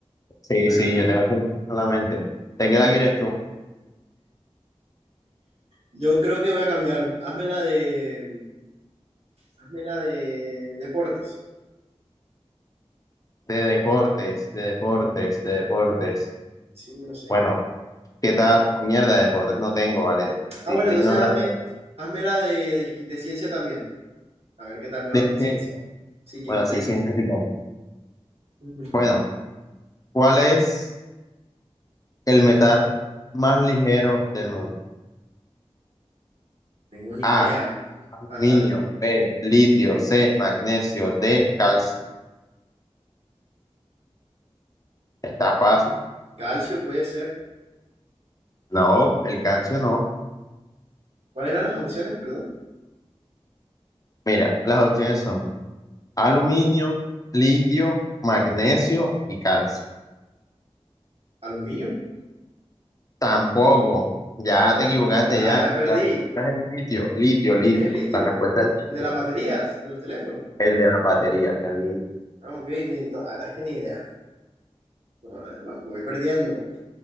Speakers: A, on the left (about 35°); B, on the right (about 65°).
A: Sí,
B: Bueno,
A: sí,
B: ajá.
A: yo tengo eso en la mente. ¿De qué la quieres tú?
B: Yo creo que voy a cambiar. Hazme la de, hazme la de deportes.
A: De deportes, de deportes, de deportes.
B: Sí, no sé.
A: Bueno, ¿qué tal? Oh, Mierda, de deportes no tengo, ¿vale?
B: Ah,
A: Di-
B: bueno,
A: Dime
B: entonces
A: otra
B: hazme,
A: cosa.
B: hazme la de, de, de ciencia también. A ver qué tal me va
A: De
B: con
A: ciencia.
B: ciencia. Sí, quién
A: Bueno,
B: quita
A: sí,
B: y...
A: ciencia sí tengo.
B: Ujú,
A: Bueno, ¿cuál es el metal más ligero del mundo?
B: Tengo una
A: A,
B: idea.
A: aluminio,
B: Ajá.
A: B, litio, C, magnesio, D, calcio. Está fácil.
B: Calcio puede ser.
A: No, el calcio no.
B: ¿Cuáles eran las opciones, perdón?
A: Mira, las opciones son aluminio, litio, magnesio y calcio.
B: ¿Aluminio?
A: Tampoco. Ya te equivocaste,
B: Ah,
A: ya.
B: ya perdí.
A: La respuesta es el litio, litio, litio.
B: Es el litio.
A: La respuesta es litio.
B: El de las baterías, de los teléfonos.
A: El de las baterías, el mismo.
B: Ah, ok. ni- no, la verdad es que ni idea. No, va- voy perdiendo.